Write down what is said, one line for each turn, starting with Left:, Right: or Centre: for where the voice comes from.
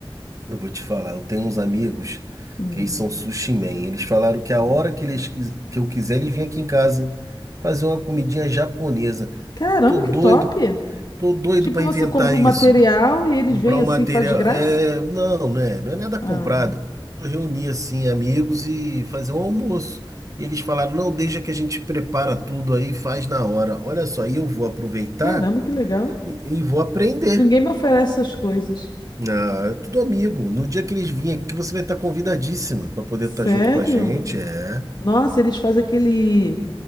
Right: Eu vou te falar, eu tenho uns amigos
Left: hum.
Right: que eles são sushi man. Eles falaram que a hora que eles quis- que eu quiser, eles vêm aqui em casa fazer uma comidinha japonesa.
Left: Caramba,
Right: Tô doido
Left: que top!
Right: Tô doido
Left: Tipo,
Right: para
Left: você
Right: inventar
Left: compra o
Right: isso.
Left: material e eles
Right: Comprar
Left: vêm assim,
Right: um material.
Left: faz de graça?
Right: É, não, né? Não é nada comprado.
Left: Ah,
Right: Eu reuni assim amigos e fazer um almoço. E eles falaram: "Não, deixa que a gente prepara tudo aí, e faz na hora". Olha só, e eu vou aproveitar
Left: caramba, que legal.
Right: e, e vou aprender.
Left: Ninguém me oferece essas coisas.
Right: Ah, é tudo amigo. No dia que eles virem aqui, você vai estar convidadíssima para poder
Left: Sério?
Right: estar junto com a gente. É.
Left: Nossa, eles fazem aquele